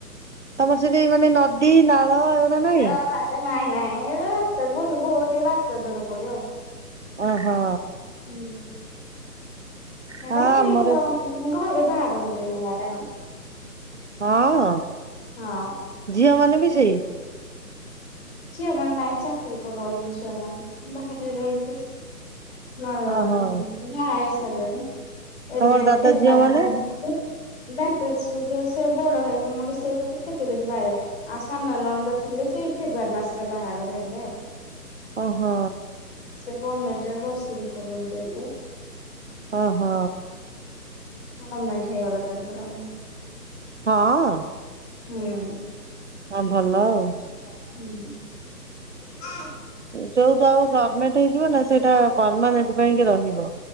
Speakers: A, on the right (about 50°); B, on the left (about 40°).
A: ତମର ସେଠି ମାନେ ନଦୀ ନାଳ- ଏଗୁରା ନାହିଁ
B: ନାଇଁ ନାଇଁତେୁ ଟିକେ ବାଟରେ ଦୂର ପଡିବ ଆଉ।
A: ଓହୋ।
B: ହୁଁ
A: ହଁ
B: ମାତନ
A: ଆମର
B: <unintelligible> ମୁଁ ଘରୁ ବାହାରନ୍ତିନୁଆଡେ -
A: ହଁ
B: ହଁ
A: ଝିଅ ମାନେ ବି ସେଇ -
B: ଝିଅ ମାନ ନାଇଁ ଚାକିରୀ କରଛି ଝିଅ ମାନ ବାହାରେ ରହିଛ। ନଣନ୍ଦ
A: ଓହୋ
B: ମାନେ ବାହାହେଇ ସାରିଲେଣି ଏବେ
A: ତମର
B: ଏଠି
A: ଦାଦା
B: -
A: ଝିଅ ମାନେ
B: ଦତ ସେ ବଡ ହେ ମୁୋ ସେ ତ କେତେ ଦିନ ବାାଇର <unintelligible> ଆଉ ସାନ ନଣନ୍ଦ ଥିଲେ ସେଇ ଫେବୃୁଆାରୀ ମାସରେ ବାହାଘର ହେଲେ ଆଉ।
A: ଓହୋ।
B: ସେ ଗମେଣ୍ଟ ରେ ନର୍ସିଙ୍ଗସ କରନ୍ତି।
A: ଓହୋ
B: ଗମେଣ୍ଟ ହେଇଗଲା ତାଙ୍କର।
A: ହଁ।
B: ହୁଁ।
A: ହଁ ଭଲ ଆଉ।
B: ହୁଁ।
A: ଯୋଉ ଯହା ଗଭର୍ଣ୍ଣମେଣ୍ଟ ହେଇଯିବ ନା ସେଇଟା ପରମାନେେଣ୍ଟ ପାଇଁକି ରହିବ।